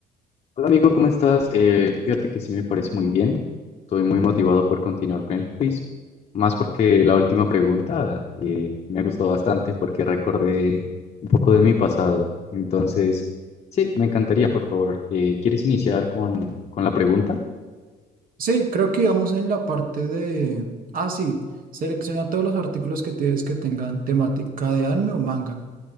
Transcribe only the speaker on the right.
Sí, creo que íbamos en la parte de... Ah, sí. Selecciona todos los artículos que tienes que tengan temática de anime o manga.